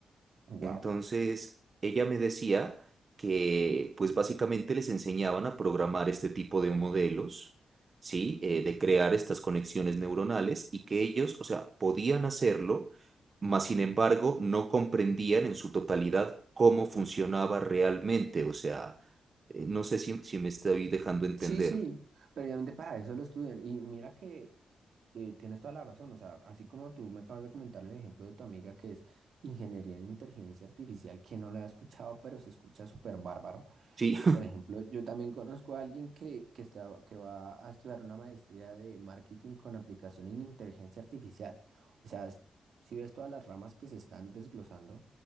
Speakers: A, on the right; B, on the right.
A: Wow.
B: Entonces, ella me decía que pues básicamente les enseñaban a programar este tipo de modelos, ¿sí? Eh, de crear estas conexiones neuronales y que ellos, o sea, podían hacerlo, mas sin embargo no comprendían en su totalidad cómo funcionaba realmente. O sea, eh, no sé si, si me estoy dejando entender.
A: Sí, sí, precisamente para eso lo estudian. Y mira que eh, tienes toda la razón. O sea, así como tú me acabas de comentar el ejemplo de tu amiga que es ingeniería en inteligencia artificial, que no la había escuchado, pero se escucha súper bárbaro.
B: Sí,
A: Por ejemplo, yo también conozco a alguien que, que, está, que va a estudiar una maestría de marketing con aplicación en inteligencia artificial. O sea, es- si ves todas las ramas que se están desglosando